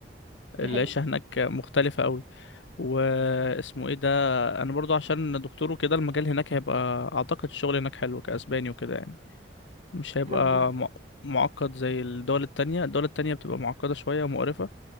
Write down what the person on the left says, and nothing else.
العيشه
هناك مختلفه قوي واسمه ايه ده انا برضو عشان دكتور وكده المجال هناك هيبقى اعتقد الشغل هناك حلو كاسباني وكده يعني مش هيبقى
مع- معقد زي الدول التانية الدول التانية بتبقى معقدة شوية ومقرفة